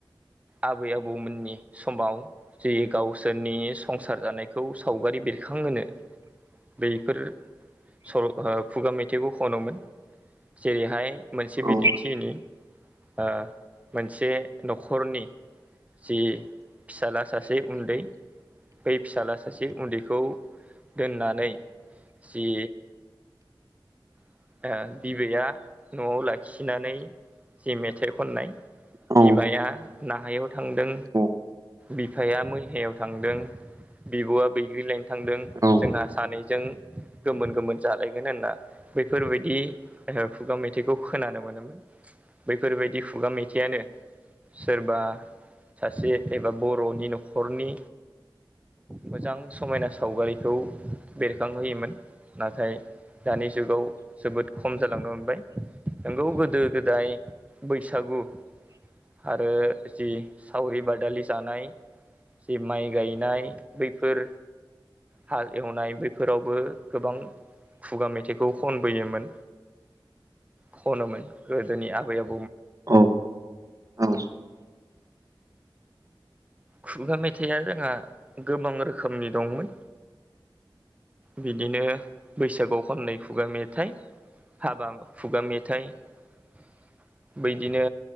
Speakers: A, on the right (about 15°); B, on the right (about 40°).
A: आबै आबौमोननि समाव जि गावसोरनि संसार जानायखौ सावगारि बेरखांहोनो बैफोर सल' खुगा मेथाइखौ खनोमोन जेरैहाय मोनसे
B: औ
A: बिदिन्थिनि ओ मोनसे नखरनि जि फिसाला सासे उन्दै बै फिसाला सासे उन्दैखौ दोननानै जि ओ बिबैया नआव लाखिनानै जि मेथाइ खननाय
B: औ
A: बिमाया नाहायाव थांदों
B: औ
A: बिफाया मैहायाव थांदों बिबआ बैग्रि लायनो थांदों
B: औ
A: जोंहा सानै जों गोमोन गोमोन जालायगोन होनना बैफोरबायदि ओ खुगा मेथाइखौ खोनानो मोनोमोन बै फोरबायदि खुगा मेथाइयानो सोरबा सासे एबा बरनि नखरनि मोजां समायना सावगारिखौ बेरखांहोयोमोन नाथाय दानि जुगाव जोबोद खम जालांनो हमबाय नोंगौ गोदो गोदाय बैसागु आरो जि सावरि बादालि जानाय जे माइ गायनाय बैफोर हाल एवनाय बैफोरावबो गोबां खुगा मे थायखौ खनबोयोमोन खनोमोन गोदोनि आबै आबौ
B: औ-औ
A: खुगा मेथाइआ जोंहा गोबां रोखोमनि दंमोन। बिदिनो बैसागआव खननाय खुगा मेथाइ हाबा खुगा मेथाइ बै बिदिनो